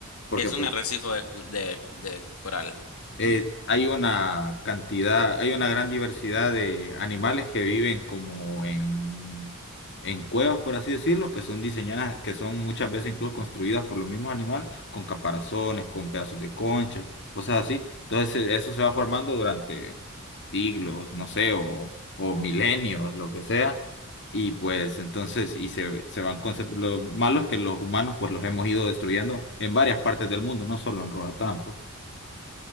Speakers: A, on the left; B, on the left.
A: Porque
B: que es
A: pu-
B: un arrecife de, cu- de, de coral.
A: eh, hay una cantidad, hay una gran diversidad de animales que viven como en, en cuevas, por así decirlo, que son diseñadas, que son muchas veces incluso construidas por los mismos animales, con caparazones, con pedazos de concha, cosas así. Entonces eh, eso se va formando durante siglos, no sé, o, o milenios, lo que sea. Y pues entonces, y se, se van concep- Lo malo es que los humanos pues los hemos ido destruyendo en varias partes del mundo, no solo en Roatán, pues.